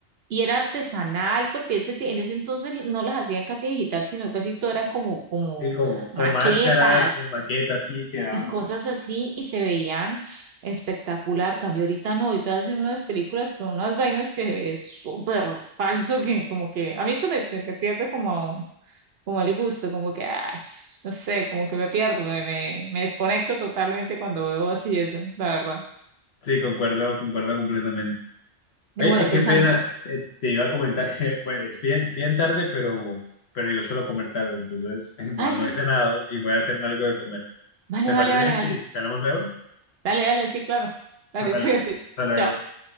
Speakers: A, on the right (about 60°); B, on the left (about 60°).
A: y era artesanal, porque ese, ti- en ese entonces no las hacían casi digital, sino casi todo eran como, como
B: Sí, como con
A: maquetas
B: máscaras, con maquetas, sí, quedaba
A: y
B: mucho
A: cosas
B: mejor.
A: así y se veían pf, espectacular. Cambio ahorita no, ahorita hacen unas películas con unas vainas que es súper falso, que como que a mí eso me, me me pierde como, como el gusto, como que, ah, sh- no sé, como que me pierdo, me, me, me desconecto totalmente cuando veo así eso, la verdad.
B: Sí, concuerdo, concuerdo completamente.
A: Y
B: Oye,
A: bueno,
B: eh,
A: pensando,
B: qué pena,
A: pero-
B: eh, te iba a comentar que <laughs> bueno, es bien, bien tarde, pero, pero yo suelo comer tarde, entonces <laughs> no,
A: ay,
B: no
A: sí,
B: he cenado y voy a hacerme algo de comer.
A: vale,
B: ¿Te
A: vale,
B: parece
A: vale,
B: bien si
A: vale,
B: te hablamos luego?
A: dale, dale, sí, claro,
B: <laughs>
A: dale,
B: Dale,
A: <laughs> cuídate,
B: hasta luego.
A: chao.